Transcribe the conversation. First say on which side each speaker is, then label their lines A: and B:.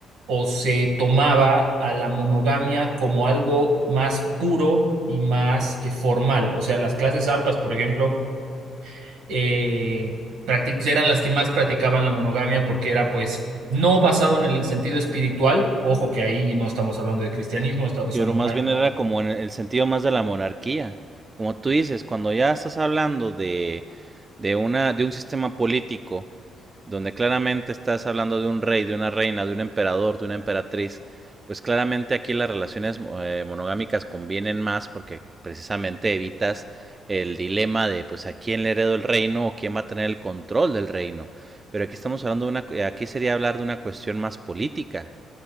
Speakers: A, on the right (about 85°); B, on the right (about 30°).
A: o se tomaba a la monogamia como algo más puro y más eh, formal. O sea, las clases altas, por ejemplo, eh, practic- eran las que más practicaban la monogamia porque era pues no basado en el sentido espiritual. Ojo que ahí no estamos hablando de cristianismo, esta- son...
B: Pero más
A: ah,
B: bien era como en el sentido más de la monarquía. Como tú dices, cuando ya estás hablando de, de una, de un sistema político donde claramente estás hablando de un rey, de una reina, de un emperador, de una emperatriz, pues claramente aquí las relaciones eh, monogámicas convienen más porque precisamente evitas el dilema de pues a quién le heredo el reino o quién va a tener el control del reino. Pero aquí estamos hablando de una, aquí sería hablar de una cuestión más política